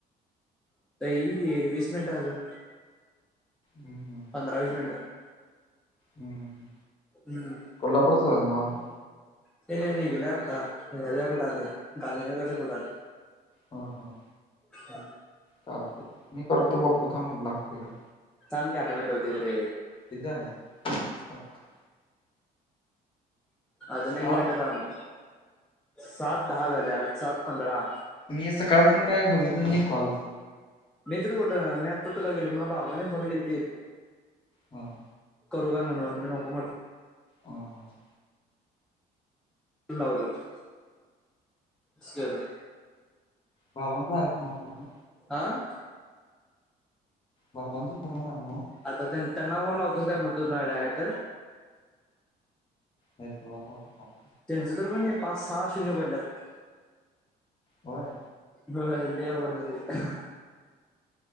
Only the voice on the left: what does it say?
हम् हम्.
हम्म.
कोल्हापूरचा हायस नवं तु.
हा हा.
चालते मी करतो. बघतो थांब लागते का.
किती झालं? <unintelligible>
सात
मी सकाळपासनं काय बघितलंच नाही कॉलचं.
हां.
हां हां.
बाबांचा फोन आहे सांगू का पूर्ण?
बाबांचे पूर्ण झालं नव्हं?
नाही तुलाच लावतो थांब.
होय.